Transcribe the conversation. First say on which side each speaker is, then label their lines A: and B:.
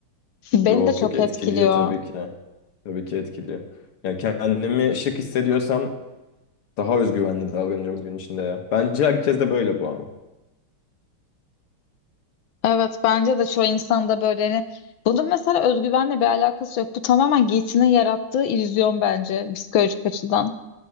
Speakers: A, on the left; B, on the left.
A: beni
B: Yok
A: de çok
B: yok etkiliyor
A: etkiliyor.
B: tabii ki. Tabii ki etkiliyor. Yani kendimi şık hissediyorsam daha özgüvenli davranıyorum gün içinde ya. Bence herkes de böyle bu ama.
A: Evet bence de çoğu insanda böyle hani bunun mesela özgüvenle bir alakası yok. Bu tamamen giysinin yarattığı illüzyon bence psikolojik açıdan.